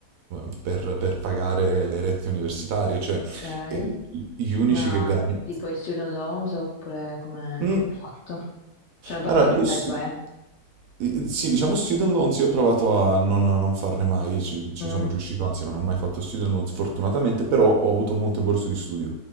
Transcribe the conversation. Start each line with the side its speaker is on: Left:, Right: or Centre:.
Right: eh, per- per pagare le rette universitarie, cioè
Left: Ok,
Right: eh, gli unici
Left: ma
Right: che veramente...
Left: tipo i student loans oppure come
Right: Mm.
Left: come hai fatto? Cioè, non per
Right: Allora,
Left: farmi pensare
Right: io s-
Left: i tuoi, eh?
Right: eh, sì, diciamo student loans, io ho provato a non, a non farne mai, ci, ci
Left: Mm,
Right: sono riuscito, anzi non ho mai fatto student loans fortunatamente, però ho avuto molte borse di studio.